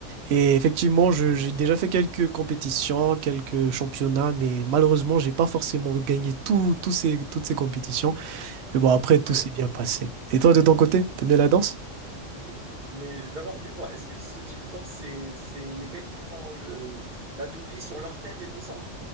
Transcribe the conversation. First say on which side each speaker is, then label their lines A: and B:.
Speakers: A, on the right; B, on the right.
A: Et effectivement, je- j'ai déjà fait quelques compétitions, quelques championnats, mais malheureusement, j'ai pas forcément gagné tout, tous ces, toutes ces compétitions. Mais bon, après, tout
B: Euh,
A: s'est bien passé. Et toi, de ton côté, t'aimes bien la danse?
B: dis- dis- mais d'abord, dis-moi, est-ce que ce type de danse, c'est, c'est les gars qui font le, la toupie sur leur tête et tout ça?